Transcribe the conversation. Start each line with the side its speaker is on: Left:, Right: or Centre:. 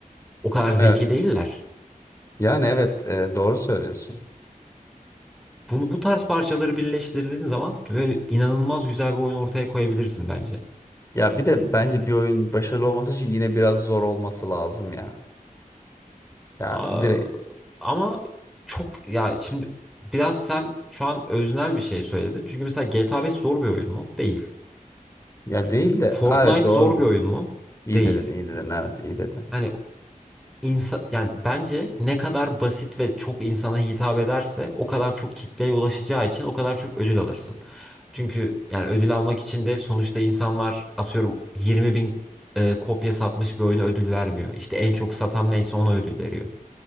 Centre: O kadar zeki
Left: Evet.
Centre: değiller.
Left: Yani evet e, doğru söylüyorsun.
Centre: Bunu bu tarz parçaları birleştirdiğin zaman böyle inanılmaz güzel bir oyun ortaya koyabilirsin bence.
Left: Ya bir de bence bir oyun başarılı olması için yine biraz zor olması lazım ya. Ya
Centre: Aa,
Left: direkt
Centre: ama çok ya şimdi biraz sen şu an öznel bir şey söyledin. Çünkü mesela GTA 5 zor bir oyun mu? Değil.
Left: ya değil de
Centre: Fortnite
Left: Aa, evet doğru
Centre: zor
Left: dedin
Centre: bir oyun
Left: ya.
Centre: mu?
Left: İyi
Centre: Değil.
Left: dedin iyi dedin evet iyi dedin.
Centre: Hani İnsa, yani bence ne kadar basit ve çok insana hitap ederse o kadar çok kitleye ulaşacağı için o kadar çok ödül alırsın. Çünkü yani ödül almak için de sonuçta insanlar atıyorum 20 bin e, kopya satmış bir oyuna ödül vermiyor. İşte en çok satan neyse ona ödül veriyor.